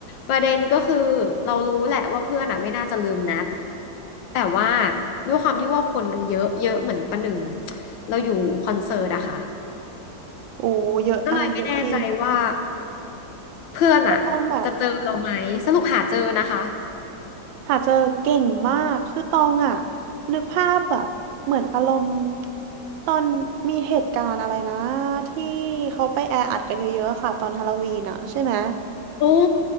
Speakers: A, on the left; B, on the right.
A: ประเด็นก็คือเรารู้แหละว่าเพื่อนอ่ะไม่น่าจะลืมนัดแต่ว่าด้วยความที่ว่าคนมันเยอะเยอะเหมือนประหนึ่งเราอยู่คอนเสิร์ตอะค่ะ
B: โอ้เยอะอันเยอะจริง
A: ก็เลยไม่แน่ใจว่า เพื่อนอะจะเจอเราไหมสรุปหาเจอนะคะ
B: ก็ตองแบบหาเจอเก่งมาก คือตองอ่ะนึกภาพแบบเหมือนอารมณ์ตอนมีเหตุการณ์อะไรนะที่เขาไปแออัดกันเยอะๆค่ะตอนฮาโลวีนอ่ะใช่ไหม
A: โอ้